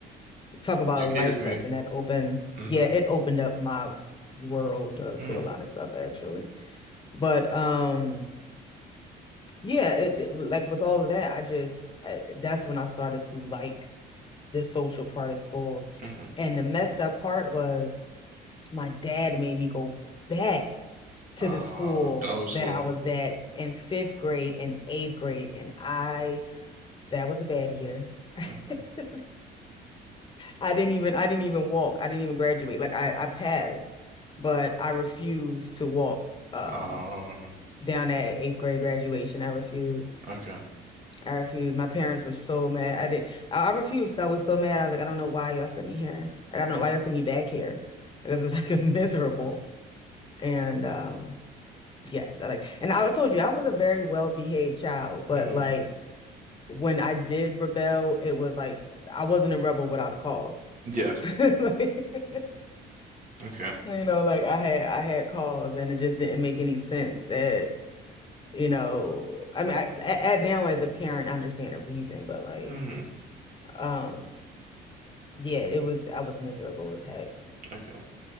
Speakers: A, on the left; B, on the right.
A: talk about
B: your kids
A: a life
B: me
A: lesson that opened,
B: mm-hmm
A: yeah, it opened up my world uh,
B: mm-hmm
A: to a lot of stuff actually. But um yeah, it, it- like with all of that, I just I, that's when I started to like the social part of school.
B: mm-hmm
A: And the messed up part was my dad made me go back to
B: uh
A: the school
B: the old school
A: that I was at in fifth grade and eighth grade. And I, that was a bad year. <laughs>
B: mm-hmm
A: I didn't even, I didn't even walk. I didn't even graduate. Like I, I passed, but I refused to walk um,
B: uh
A: down at eighth grade graduation. I refused.
B: okay
A: I refused. My parents were so mad. I did. I, I refused because I was so mad. I was like, I don't know why y'all sent me here. Like, I don't know why y'all sent me back here. Because it's like <laughs> miserable. And um, yes, I like. And I told you I was a very well-behaved child, but
B: mm-hmm
A: like when I did rebel, it was like I wasn't a rebel without a cause.
B: yes
A: <laughs> Like,
B: okay
A: you know, like I had I had cause, and it just didn't make any sense that you know. I mean, I, at, at now as a parent, I understand the reason, but like.
B: mm-hmm
A: Um, Yeah, it was, I was miserable as heck. <laughs>
B: okay